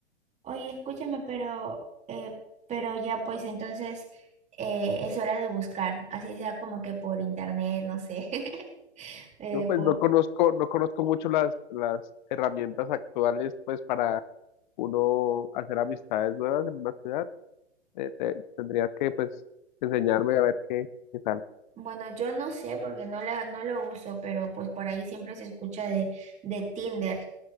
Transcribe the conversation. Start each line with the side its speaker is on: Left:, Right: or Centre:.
Right: Oye, escúchame, pero, eh, pero ya pues entonces eh, es hora de buscar, así sea como que por internet, no sé. <laughs> Eh,
Left: No, pues
Right: por-
Left: no conozco, no conozco mucho las, las herramientas actuales pues para uno hacer amistades nuevas en una ciudad. Eh, te- tendrías que, pues, enseñarme a ver qué, qué tal
Right: bueno, yo no sé porque no la, no lo uso, pero pues por ahí siempre se escucha de, de Tinder.